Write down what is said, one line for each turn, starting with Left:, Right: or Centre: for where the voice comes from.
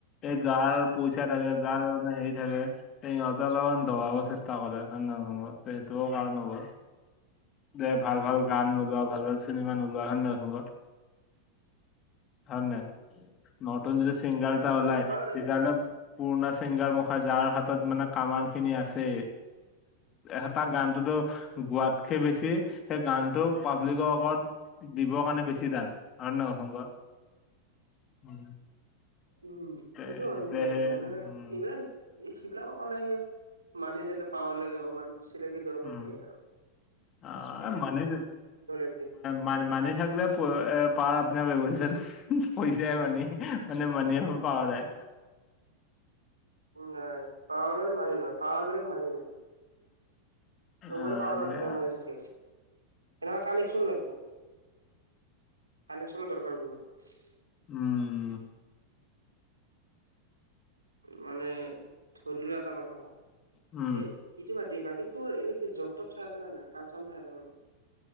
Left: এই যাৰ পইচা থাকে যাৰ মানে হেৰি থাকে সিহঁতে অলপমান দবাব চেষ্টা কৰে ত সেইটোও কাৰণ হ'ব দে ভাল ভাল গান নোলোৱা
Right: উম উম।
Left: ভাল ভাল চিনেমা নোলোৱা হয় নহয় হয় নাই নতুন যদি ছিংগাৰ এটা ওলাই
Right: ত হয়
Left: তেতিয়াহ'লে পুৰণা চিংগাৰ মুখা যাৰ হাত ত মানে কামান খিনি আছে এটা গানটোতো গোৱাতকে বেছি সেই গানটো পাব্লিকৰ ওপৰত দিবৰ কাৰণে বেছি টান হয়নে নহয় কচোন ক
Right: উম
Left: তেতিয়াহে
Right: সেইটো হয় কিন্তু বাৰু মানে
Left: উম
Right: এইবিলাক সেইবিলাকৰ কাৰণে সে মানি লাগে পাৱ লাগে অকমান চিনাকি দৰকাৰ
Left: উম
Right: সেই আৰু
Left: অ মানি
Right: একদিন।
Left: মান মানি থাকলে এ পাৱাৰ আপনাৰচ পইচাই মানি মানে মানি পাৱ যায়
Right: নাই পাৱাৰ মানে মানি নহয় পাৱাৰ বেলেগ মানি বেলেগ চবৰে
Left: অ
Right: পাৱাৰ নাথাকে
Left: সেয়া
Right: মাণি থাকে সেনেকুৱা কানেকচন লাগিব কানেকচনৰ দৰকাৰ বহুত।
Left: উম
Right: মানে ধৰিলোৱা এটা কথা ক
Left: উম
Right: এই ইটো বাদ দে বাকী তোৰ এনে জব তব চাই আছে নে কাম চাম চাই আছে ন